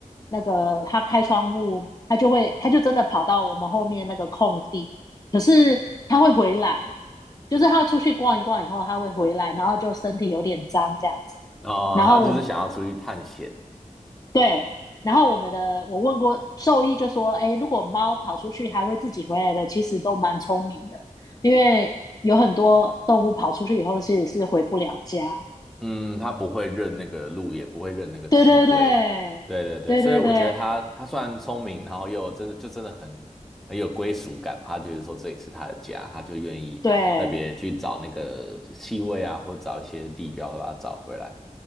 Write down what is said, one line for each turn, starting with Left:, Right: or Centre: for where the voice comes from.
Left: 那个他开窗户，他就会他就真的跑到我们后面那个空地，可是它会回来，就是它出去逛一逛以后，它会回来，然后就身体有点脏这样子。
Centre: 哦，
Left: 然后我们
Centre: 他就是想要出去探险，
Left: 对，然后我们的我问过兽医，就说，哎，如果猫跑出去还会自己回来的，其实都蛮聪明的，因为有很多动物跑出去以后其实是回不了家。
Centre: 嗯，他不会认那个路，也不会认那个气味，
Left: 对对对，
Centre: 对对对，
Left: 对对对
Centre: 所以我觉得他他虽然聪明，然后又真的就真的很很有归属感嘛，他觉得说这里是他的家，他就愿意特别去找那个气味啊，
Left: 对
Centre: 或者找一些地标把它找回来。